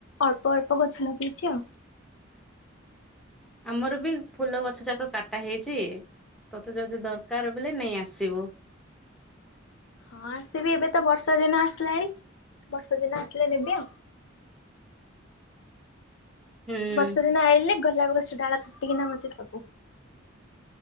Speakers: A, on the left; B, in the centre.
A: ଅଳ୍ପ ଅଳ୍ପ ଗଛ ଲଗେଇଛି ଆଉ।
B: ଆମର ବି ଫୁଲ ଗଛ ଯାକ କାଟା ହେଇଛି। ତତେ ଯଦି ଦରକାର ବେଲେ ନେଇ ଆସିବୁ।
A: ହଁ ଆସିବି ଏବେ ତ ବର୍ଷା ଦିନ ଆସିଲାଣି ବର୍ଷା ଦିନ ଆସିଲେ ନେବି ଆଉ।
B: ହୁଁ।
A: ବର୍ଷା ଦିନ ଆଇଲେ ଗୋଲାପ ଗଛ ଡାଳ କାଟିକିନା ମତେ ଦବୁ।